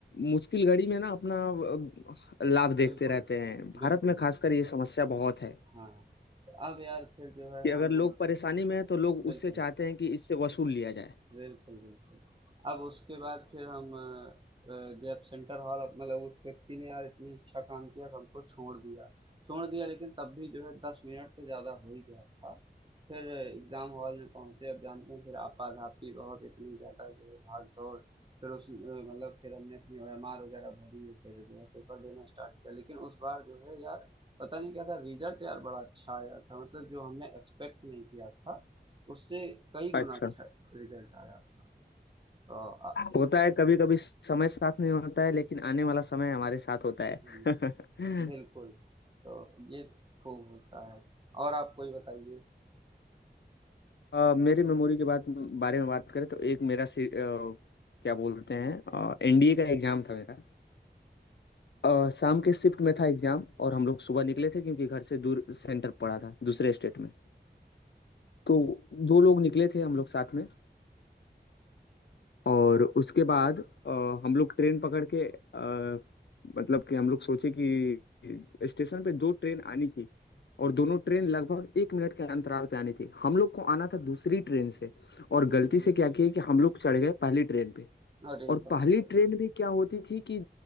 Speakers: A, on the left; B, on the right.
A: मुश्किल घड़ी में ना अपना अ, लाभ देखते
B: बिल्कुल
A: रहते हैं भारत
B: बिल्कुल
A: में
B: बिल्कुल
A: खासकर ये समस्या बहुत है
B: हाँ तो अब यार फिर जो है
A: कि अगर
B: हम
A: लोग परेशानी में हैं तो लोग
B: बिल्कुल
A: उससे चाहते हैं कि इससे वसूल लिया जाए
B: बिल्कुल, बिल्कुल। अब उसके बाद फिर हम अ, अ, जब सेंटर हॉल मतलब उस व्यक्ति ने यार इतनी अच्छा काम किया कि हमको छोड़ दिया। छोड़ दिया लेकिन तब भी जो है 10 मिनट तो ज़्यादा हो ही गया था। फिर एग्ज़ाम हॉल में पहुँचे, अब जानते हैं फिर आपाधापी बहुत इतनी ज़्यादा जो है भाग-दौड़, फिर उस अ, मतलब फिर हमने अपनी ओएमआर वगैरह भरी है, फिर जो है पेपर देना स्टार्ट किया। लेकिन उस बार जो है यार पता नहीं क्या था रिज़ल्ट यार बड़ा अच्छा आया था, मतलब जो हमने एक्सपेक्ट नहीं किया था, उससे कई गुना
A: अच्छा
B: अच्छा रिजल्ट आया आपका तो आ-
A: होता है कभी कभी समय साथ नहीं होता है लेकिन आने वाला समय हमारे साथ होता है
B: हम्म
A: <laughs>
B: बिल्कुल तो ये खूब होता है और आप कोई बताइए
A: अ, मेरे मेमोरी के बात बारे में बात करें तो एक मेरा सी, अ, क्या बोलते हैं एनडीए का एग्जाम था मेरा अ, शाम के शिफ्ट में था एग्जाम और हम लोग सुबह निकले थे क्योंकि घर से दूर सेंटर पड़ा था दूसरे स्टेट में तो दो लोग निकले थे हम लोग साथ में और उसके बाद अ, हम लोग ट्रेन पकड़ के अ, मतलब कि हम लोग सोचे कि स्टेशन पे दो ट्रेन आनी थी और दोनों ट्रेन लगभग एक मिनट के अंतराल पे आनी थी हम लोग को आना था दूसरी ट्रेन से और
B: हम्म
A: गलती से क्या किया कि हम लोग चढ़ गए पहली ट्रेन पे
B: अरे
A: और
B: बाप
A: पहली
B: रे
A: ट्रेन भी क्या होती थी कि